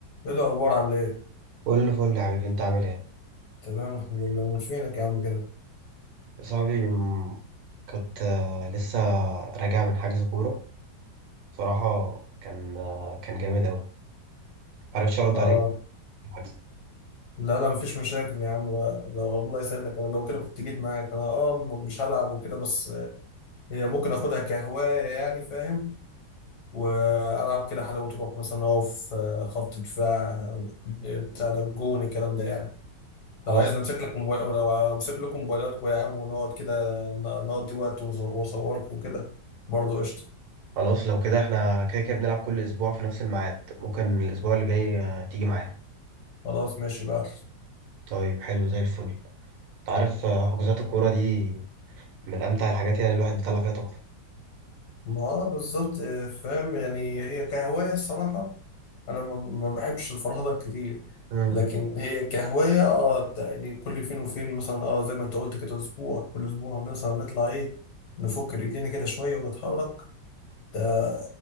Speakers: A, on the left (about 65°); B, on the right (about 85°).
A: ايه الاخبار عامل ايه
B: كل فل يا حبيبي انت عامل ايه
A: تمام الحمد لله من فينك يا عم كده
B: صاحبي م- كنت آه، لسه راجع من حجز كوره بصراحه كان آه، كان جامد قوي معرفتش ارد
A: اه
B: عليك في الحجز
A: لا لا مفيش مشاكل يا عم بقى. لو الله يسعدك انا لو كده كنت جيت معاك انا اه م- مش هلعب وكده بس آه، هي ممكن اخدها كهوايه يعني فاهم والعب كده حلاوه روح مثلا اقف آه، خط دفاع آه، بتاع ده الجون الكلام ده يعني
B: خلاص
A: لو عايز نمسك لك موبايل لو امسك لكم موبايلاتكم يا عم ونقعد كده ن- نقضي وقت ونز- واصوركم وكده برضه قشطه
B: خلاص لو كده احنا كده كده بنلعب كل اسبوع في نفس الميعاد ممكن الاسبوع اللي جاي آه، تيجي معايا
A: خلاص ماشي بقى
B: طيب حلو زي الفل انت عارف آه، حجوزات الكوره دي من امتع الحاجات يعني الواحد بيطلع فيها طاقته
A: ما آه بالظبط آه، فاهم يعني هي كهواية الصراحة أنا ما ما بحبش الفرهدة كتير
B: امم
A: لكن هي كهواية اه بتاع- يعني كل فين وفين مثلا اه زي ما انت قلت كده اسبوع كل اسبوع مثلا نطلع ايه نفك رجلينا كده شوية ونتحرك ده